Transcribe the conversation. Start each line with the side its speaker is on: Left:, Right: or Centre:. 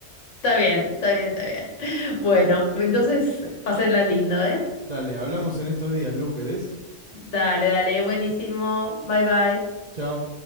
Left: Está bien, está bien, está bien. Bueno, entonces, pásenla lindo, ¿eh?
Right: Dale, hablamos en estos días, Lu, ¿querés?
Left: Dale, dale, buenísimo. Bye, bye.
Right: Chao.